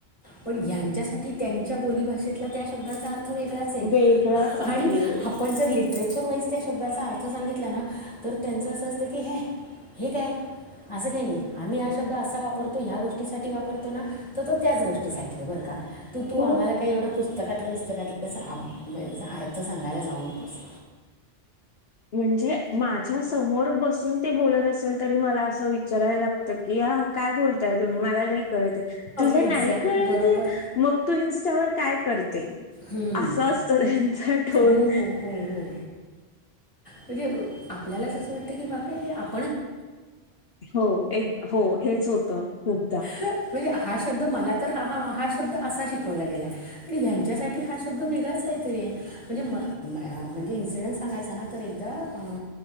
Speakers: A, on the left; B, on the left.
A: पण यांच्यासाठी त्यांच्या बोलीभाषेतला त्या शब्दाचा अ र्थ वेगळाच हाये
B: वेगळाच आहे
A: आणि आपण जर लि ट्रेचर वाईज त्या शब्दाचा अर्थ सांगितला ना, तर त्यांचं असं असतं की ह्या हे काय? आसं काही नाही, आम्ही हा शब्द असा वापरतो, ह्या गोष्टीसाठी वापरतो ना, तर तो त्याच गोष्टीसाठी बरं का? तू तू
B: हो
A: आम्हाला काय एवढं पुस्तकातला वि पुस्तकातला कसा आप म अर्थ सांगायला जाऊ नकोस.
B: म्हणजे माझ्या समोर बसून ते बोलत असेल, तरी मला असं विचारायला लागतं की का काय बोल ताय तुम्ही मला नाही कळत ये, तुला
A: एक्झॅक्ट
B: नाही कळत
A: बरोबर
B: ये, मग तू इनस्टावर काय कर ते?
A: हम्म.
B: असं असतं त्यांचा टोन.
A: हो हो हो हो म्हणजे अ आपल्यालाच असं वाटतं की, बापरे! हे आप
B: हो एक हो हेच होतं खूपदा.
A: म्हणजे हा शब्द मला तर हा हा हा शब्द असा शिकवला गेलाय, पण ह्यांच्यासाठी हा शब्द वेगळाच काहीतरी आहे. म्हणजे म म म्हणजे इन्सिडन्स सांगायचा ना तर एकदा अ